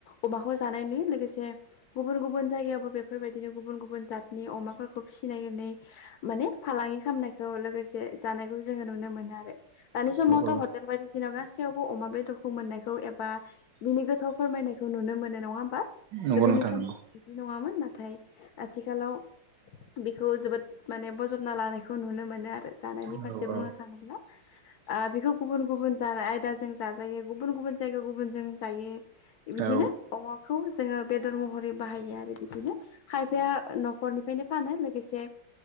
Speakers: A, on the left (about 70°); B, on the right (about 70°).
A: अमाखौ जानाय नुयो लोगोसे। गुबुन गुबुन जायगायावबो बेफोरबायदिनो गुबुन गुबुन जातनि अमाफोरखौ फिसिनायनानै माने फालांग <unintelligible> खामनायखौ लोगोसे जानायखौ जो नुनो मोनो आरो दानि समावथ'
B: औ
A: हटेल बायदिसि जेननाव गासैयावबो अमा बेदरखौ मोननायखौ एबा बिनि गोथाव फोरमायनायखौ नुनो मोनो नङा। बा
B: नंगौ
A: गोदोनि
B: नोंथां
A: समाव
B: नंगौ
A: बिदि नङामोन नाथाय आथिखालाव बेखौ जोबोद माने बजबना लानायखौ नुनो मोनो आरो जानायनि
B: औ
A: फारसे
B: औ औ
A: बुंनो थाङोब्ला बेखौ गुबुन गुबुन जानाय आयदाजों जाजायो गुबुन गुबुन जायगा गुबुनजों जायो। बिदिनो
B: औ
A: अमाखौ जोङो बेदर महरै बाहायो आरो बिदिनो खायफाया न'खरनिफ्रायनो फानो लोगोसे